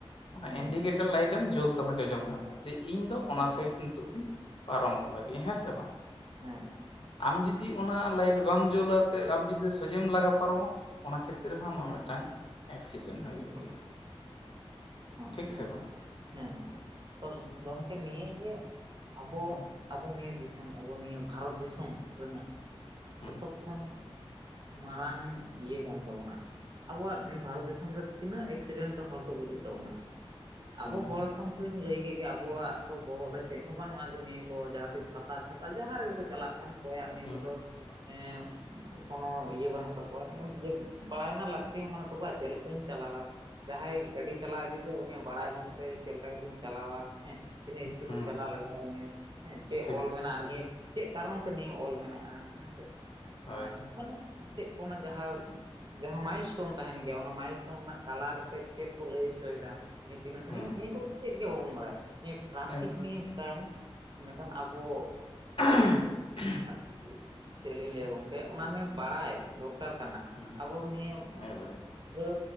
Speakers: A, on the left (about 60°); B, on the right (about 45°).
A: ᱚᱱᱟ
B: ᱦᱮᱸ
A: ᱤᱱᱰᱤᱠᱮᱴ ᱞᱟᱭᱤᱴ ᱮᱢ ᱡᱩᱞ ᱛᱟᱢᱟ ᱡᱚᱡᱚᱢ ᱫᱷᱟᱨᱮᱱᱟᱜ, ᱡᱮ ᱤᱧ ᱫᱚ ᱚᱱᱟ
B: ᱦᱮᱸ
A: ᱥᱟᱭᱤᱴ ᱱᱤᱛᱚᱜ ᱫᱚᱧ ᱯᱟᱨᱚᱢᱚᱜ ᱞᱟᱹᱜᱤᱫ ᱦᱮᱸ ᱥᱮ ᱵᱟᱝ᱾
B: ᱦᱮᱸ
A: ᱟᱢ ᱡᱩᱫᱤ ᱚᱱᱟ ᱞᱟᱭᱤᱴ ᱵᱟᱢ ᱡᱳᱞᱟᱛᱮ ᱟᱢ ᱡᱩᱫᱤ ᱥᱚᱡᱷᱮᱢ ᱞᱟᱜᱟ ᱯᱟᱨᱚᱢᱟ᱾ ᱚᱱᱟ ᱠᱷᱮᱛᱨᱮ ᱨᱮ ᱦᱚᱸ, ᱟᱢᱟᱜ ᱢᱤᱫᱴᱟᱝ ᱮᱠᱥᱤᱰᱮᱱᱴ
B: ᱦᱮᱸ
A: ᱦᱩᱭᱩᱜ
B: ᱮᱠᱫᱚᱢ
A: ᱜᱮᱭᱟ
B: ᱦᱮᱸ
A: ᱾ᱴᱷᱤᱠ ᱥᱮ
B: ᱮᱠᱫᱚᱢ
A: ᱵᱟᱝ?
B: ᱦᱮᱸ ᱛᱚ ᱜᱚᱝᱠᱮ ᱱᱤᱭᱟᱹᱜᱮ ᱟᱵᱚ
A: ᱦᱩᱸ
B: ᱟᱵᱚ ᱱᱤᱭᱟᱹ ᱫᱤᱥᱚᱢ ᱟᱵᱚ ᱱᱤᱭᱟᱹ ᱵᱷᱟᱨᱚᱛ ᱫᱤᱥᱚᱢ ᱨᱮᱱᱟᱜ
A: ᱦᱩᱸ
B: ᱡᱚᱛᱚ ᱠᱷᱚᱱ ᱢᱟᱨᱟᱝ ᱤᱭᱟᱹ ᱠᱟᱱ ᱛᱟᱵᱚᱱᱟ ᱟᱵᱚᱣᱟᱜ ᱵᱷᱟᱨᱚᱛ ᱫᱤᱥ ᱨᱮ ᱛᱤᱱᱟᱹᱜ ᱮᱠᱥᱤᱰᱮᱱᱴ ᱦᱚᱲ ᱠᱚ ᱜᱩᱡᱩᱜ ᱛᱟᱵᱚᱱᱟ?
A: ᱦᱩᱸ
B: ᱟᱵᱚ ᱦᱚᱲ ᱦᱚᱯᱚᱱ ᱠᱚᱧ ᱞᱟᱹᱭ ᱠᱮᱜ ᱜᱮᱭᱟ
A: ᱜᱮ
B: ᱟᱵᱚᱣᱟᱜ ᱛᱚ ᱵᱚᱦᱚᱜ ᱨᱮ ᱪᱮᱫ ᱦᱚᱸ ᱵᱟᱹᱱᱩᱜᱼᱟ ᱡᱮ ᱱᱤᱭᱟᱹ ᱠᱚ ᱡᱟᱦᱟᱸ ᱛᱤᱥ ᱯᱟᱛᱟ ᱪᱷᱟᱛᱟ ᱡᱟᱦᱟᱸ ᱨᱮᱜᱮ ᱠᱚ ᱪᱟᱞᱟᱜ ᱠᱟᱱ ᱠᱚᱭᱟᱜ ᱱᱤᱭᱟᱹ
A: ᱦᱩᱸ
B: ᱠᱚᱫᱚ
A: ᱦᱩᱸ
B: ᱮᱸ ᱠᱳᱱᱳ ᱤᱭᱟᱹ ᱵᱟᱹᱱᱩᱜ ᱛᱟᱠᱚᱣᱟ ᱡᱮ ᱵᱟᱲᱟᱭ ᱨᱮᱱᱟᱜ ᱞᱟᱹᱠᱛᱤ ᱦᱚᱸ ᱵᱟᱹᱱᱩᱜ ᱛᱟᱠᱚᱣᱟ ᱪᱮᱫ ᱞᱮ ᱠᱟᱹᱧ ᱪᱟᱞᱟᱣᱟ ᱡᱟᱦᱟᱸᱭ ᱜᱟᱹᱰᱤ ᱪᱟᱞᱟᱣ ᱤᱫᱤᱭ ᱫᱟ ᱩᱱᱤᱭᱟᱜ ᱵᱟᱲᱟᱭ ᱵᱟᱹᱱᱩᱜ ᱛᱟᱭᱟ ᱡᱮ ᱪᱮᱫ ᱞᱮᱠᱟ ᱠᱟᱛᱮᱧ ᱪᱟᱞᱟᱣᱟ ᱦᱮᱸ᱾ ᱛᱤᱱᱟᱹᱜ ᱤᱥᱯᱤᱰ
A: ᱦᱩᱸ
B: ᱨᱮ ᱪᱟᱞᱟᱣ ᱞᱟᱜᱟᱣ ᱤᱧᱟᱹ ᱦᱮᱸ ᱪᱮᱜ
A: ᱴᱷᱤᱠ
B: ᱚᱞ ᱢᱮᱱᱟᱜᱼᱟ
A: ᱴᱷᱤᱠ
B: ᱱᱤᱭᱟᱹ ᱪᱮᱜ ᱠᱟᱨᱚᱱ ᱛᱮ ᱱᱤᱭᱟᱹ ᱚᱞ ᱢᱮᱱᱟᱜᱼᱟ? ᱦᱮᱸᱥᱮ
A: ᱦᱳᱭ
B: ᱚᱱᱟ
A: ᱦᱳᱭ
B: ᱢᱟᱱᱮ ᱪᱮᱜ ᱠᱚ ᱚᱱᱟ ᱡᱟᱦᱟᱸ ᱡᱟᱦᱟᱸ ᱢᱟᱭᱤᱞ ᱮᱥᱴᱚᱱ ᱛᱟᱦᱮᱱ ᱜᱮᱭᱟ ᱚᱱᱟ ᱢᱟᱭᱤ ᱴᱚᱱ ᱨᱮᱱᱟᱜ ᱠᱟᱞᱟᱨ ᱟᱛᱮ ᱪᱮᱜ ᱠᱚ ᱞᱟᱹᱭ ᱦᱚᱪᱚᱭᱫᱟ? ᱱᱤᱭᱟᱹ ᱛᱤᱱᱟᱹᱜ ᱥᱟᱺᱜᱤᱧ
A: ᱦᱩᱸ
B: ᱱᱤᱭᱟᱹ ᱠᱚᱫᱚ ᱪᱮᱫ ᱜᱮ ᱵᱟᱵᱚᱱ ᱵᱟᱲᱟᱭᱟ ᱱᱤᱭᱟᱹ ᱴᱨᱟᱯᱷᱤᱠ
A: ᱮᱠ
B: ᱱᱤᱭᱟᱹ ᱛᱟᱢ ᱢᱮᱱᱠᱷᱟᱱ ᱟᱵᱚ
A: <inaudible>
B: ᱟᱨ ᱪᱮᱜ ᱞᱤᱧ ᱞᱟᱹᱭᱟ ᱜᱚᱝᱠᱮ ᱚᱱᱟᱢᱮ ᱵᱟᱲᱟᱭ ᱫᱚᱨᱠᱟᱨ ᱠᱟᱱᱟ
A: ᱦᱩᱸ
B: ᱟᱵᱚ ᱱᱤᱭᱟᱹ
A: ᱮᱠᱵᱟᱨᱮ
B: ᱯᱩᱨᱟᱹ